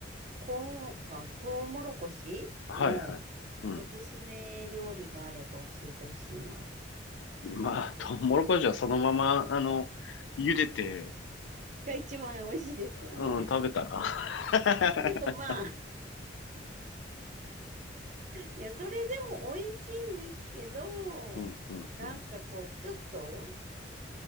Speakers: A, on the right; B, on the left.
A: コーン、まあ、トウモロコシの
B: はい、はい、うん。
A: おすすめ料理があれば教えてほしいな。
B: まあ、トウモロコシはそのまま、あの、茹でて、
A: が一番美味しいですよね。
B: うん、食べたら <laughs>
A: けどまあ、いや、それでも美味しいんですけど、
B: うん、うん、
A: なんかこう、
B: うん。
A: ちょっと